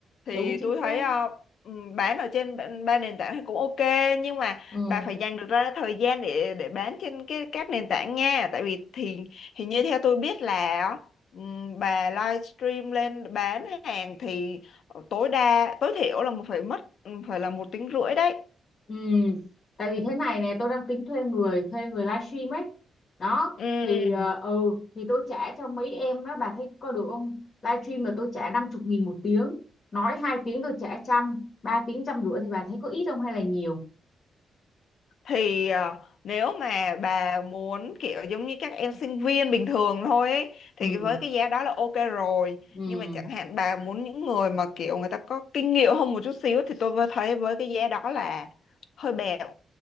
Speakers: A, on the left (about 60°); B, on the left (about 35°).
A: thì
B: đúng chính
A: tôi thấy
B: xác
A: ờ, ừm, bán ở trên ba ba nền tảng thì cũng ok nhưng mà
B: ừ.
A: bà phải dành được ra thời gian để để bán trên cái các nền tảng nha tại vì thì thì như theo tôi biết là ừm, bà livestream lên bán hàng thì Ờ, tối đa tối thiểu là phải mất ừ, phải là một tiếng rưỡi đấy
B: Ừ, tại vì thế này nè tôi đang tính thuê người thuê người livestream ấy đó
A: ừ
B: thì ờ, ừ thì tôi trả cho mấy em đó bà thấy có được không livestream là tôi trả năm chục nghìn một tiếng nói hai tiếng tôi trả trăm ba tiếng trăm rưỡi thì bà thấy có ít không hay là nhiều
A: thì à, nếu mà bà muốn kiểu giống như các em sinh viên bình thường thôi ấy, thì
B: ừ
A: với cái giá đó là ok rồi
B: ừ
A: nhưng mà chẳng hạn bà muốn những người mà kiểu người ta có kinh nghiệm hơn một chút xíu thì tôi vừa thấy với cái giá đó là hơi bèo